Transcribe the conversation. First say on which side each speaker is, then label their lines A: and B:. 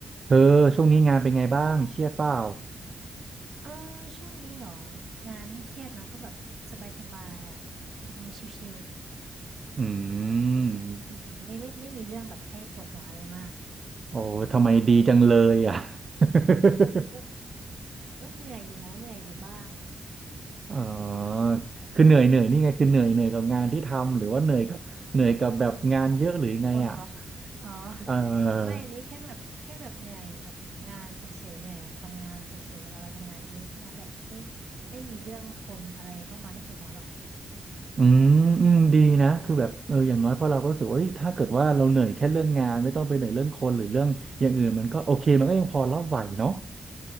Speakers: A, on the right; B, on the right.
A: เธอช่วงนี้งานเป็นไงบ้างเครียดเปล่า
B: เออช่วงนี้เหรองานไม่เครียดนะก็แบบสบายๆอ่ะทำชิว
A: อืม
B: ๆอืมไม่ไม่ไม่มีเรื่องแบบให้ปวดหัวอะไรมาก
A: โอ้ทำไมดีจังเลยอ่ะ <laughs>
B: เออแต่ก็แต่ก็เหนื่อยอยู่นะเหนื่อยอยู่บ้างอืม
A: อ๋อคือเหนื่อยเหนื่อยนี่ไงคือเหนื่อยเหนื่อยกับงานที่ทำหรือว่าเหนื่อยกับเหนื่อยกับแบบงานเยอะหรือไงอ่ะ
B: คนเหรออ๋อ
A: เออ
B: ไม่อันนี้แค่แบบแค่แบบเหนื่อยกับงานเฉยๆเหนื่อยกับทำงานเฉยๆเวลาเราทำงานเยอะแค่นั้นแหละไม่ไม่มีเรื่องคนอะไรเข้ามาให้ปวดหัวหรอก
A: อืมอืมดีนะคือแบบเอออย่างน้อยพอเราก็รู้สึกว่าเอ้ยถ้าเกิดว่าเราเหนื่อยแค่เรื่องงานไม่ต้องไปเหนื่อยเรื่องคนหรือเรื่องอย่างอื่นมันก็โอเคมันก็ยังพอรับไหวเนาะ
B: เออ